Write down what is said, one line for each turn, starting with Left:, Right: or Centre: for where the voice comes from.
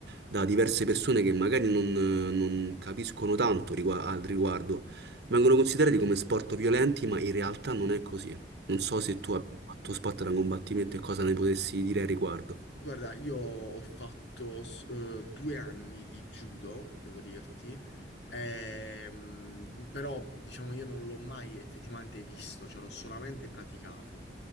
Right: da diverse persone che magari non, non capiscono tanto rigua- al riguardo. Vengono considerati come sport violenti, ma in realtà non è così. Non so se tu abbia fatto sport da combattimento e cosa ne potessi dire al riguardo.
Left: Guarda, io ho fatto s- eh, due anni di judo, devo dirti, ehm, però diciamo io non l'ho mai effettivamente visto, cioè l'ho solamente praticato.